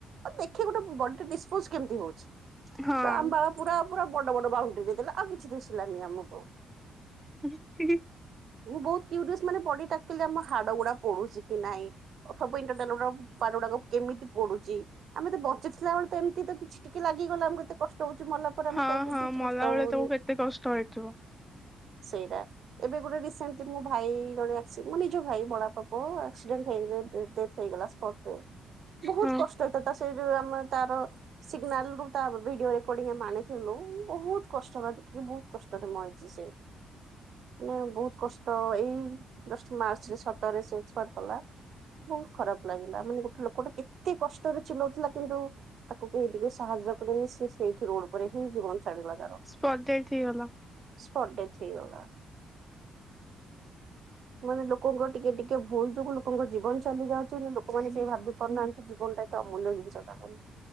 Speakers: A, on the right; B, in the centre.
A: ଆ ଦେଖେ ଗୋଟେ ବଡି ଡିସପୋଜ କେମିତି ହୋଉଛି
B: ହଁ
A: ତ ଆମ ବାବା ପୁରା ପୁରା ବଡ ବଡ ବାହୁ ସେ ଦେଇଦେଲା ଆଉ କିଛି ଦୁଶିଲାନି ଆମକୁ।
B: <unintelligible>
A: ମୁଁ ବୋହୁତକ୍ୟୁଡିସ ମାନେ ବଡି କଥିଲ ଆମ ହାଡ ଗୁଡା ପଢୁଛି। କି ନାହିଁ ଅସବୁ ଇଣ୍ଟରଟାଲ୍ ଗୁଡ଼ା ପାଟ ଗୁଡାକ କେମିତି ପଡୁଛି ଆମେ ତ ଚି ଥିଲା ବେଳେ ତ ଏମିତି ତ କିଛିି ଟିକେ ଲାଗିଗଲା ଆମତେ କଷ୍ଟ ହୋଉଛି ମଲା ପରେ
B: ହଁ
A: ଆମ କାହିଁକି
B: ହଁ
A: ଯଛି
B: ମଲା
A: କଷ୍ଟ
B: ବେଳେ
A: ହୋଉନି।
B: ତାକୁ କେତେ କଷ୍ଟ ହେଇଥିବ।
A: ସେଇରା ଏବେ ଗୋଟେ ରିସେଣ୍ଟଲି ମୋ ଭାଇ ଜଣେ ଆସି ଜ ଭାଇ ବଡଆପା ପୁଅ ଆକ୍ସିଡେଣ୍ଟ ହେଇଗ ଡେଥ ଡେଥ ହେଇଗଲା ସ୍ପଟ୍ ଡେଥ ବୋହୁତ
B: ହଁ
A: କସ ସେଇ କଥା ସୁଇବି ଆମେ ତାର ସିଗ୍ନାଲ ରୁ ତା ଭିଡିଓ ରେକର୍ଡି ଆମେ ଆଣିଥିଲୁ ବହୁତ କଷ୍ଟରେ ଦେଖିଲି ବହୁତ କଷ୍ଟରେ ମ ସେ ମାନେ ବୋହୁତ କଷ୍ଟ ଏଇ ଦଶା ମାର୍ଚ୍ଚରେ ସତରେ ସେ ଏକ୍ସପାର୍ଟ କଲା। ବୋହୁତ ଖରାପ ଲାଗିଲା ମାନେ ଗୋଟେ ଲୋକୋ ଟେ କେତେ କଷ୍ଟରେ ଚିଲୋଉଥିଲା କିନ୍ତୁ ତାକୁ କେହି ଟିକି ସାହାଯ୍ୟ କଲେନି ସିଏ ସେଇଠି ରୋଡ ଉପରେ ହିଁ ଜୀବନ ଛାଡ଼ିଲା।
B: ସ୍ପଟ୍ ଡେଥ ହେଇଗଲା।
A: ସ୍ପଟ୍ ଡେଥ ହେଇଗଲା। ମାନେ ଲୋକୋଙ୍କ ଟିକେ ଟିକେ ଭୁଲ ଯୋଗୁ ଲୋକୋଙ୍କ ଜୀବନ ଚାଲୁ ଯାଉଛି ନା ଲୋକମାନେ ଭାବୁ ପାରୁନାହାନ୍ତି ଜୀବନଟା ଏତେ ଅମୂଲ୍ୟ ଜିନ୍ସଟା ବୋଲି।